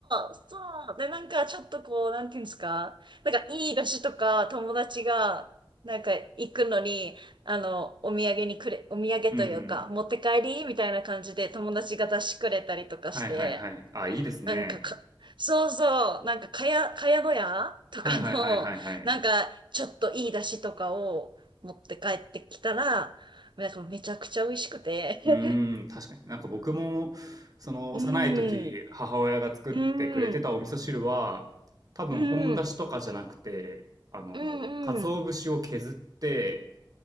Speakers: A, on the right (about 75°); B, on the right (about 50°).
A: う、そう、でなんかちょっとこう、なんていうんですか、なんかいい菓子とか友達が、なんか行くのに、あの、お土産にくれ、お土産というか、
B: うん。
A: 持って帰りみたいな感じで友達が出してくれたりとかして、
B: はいはいはい。あ、いいですね。
A: なんかか、そうそう、なんか、かや、かや小屋とかの、
B: はいはいはいはいはい。
A: なんか、ちょっといい出汁とかを持って帰ってきたら、なんかめちゃくちゃ美味しくて。
B: うーん、
A: <laughs>
B: 確かに。なんか僕も、その幼い時、
A: うん、
B: 母親が作ってくれてたお味噌汁は、
A: うん、
B: 多分本だしとかじゃなくて、
A: うん、
B: あの、
A: うん、
B: 鰹節を削って、
A: うん。